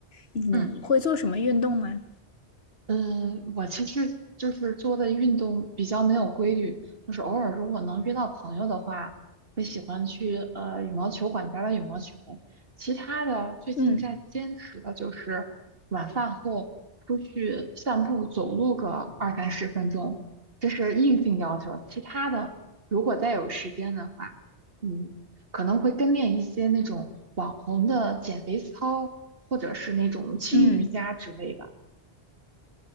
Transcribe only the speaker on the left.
你会做什么运动吗？
嗯
嗯。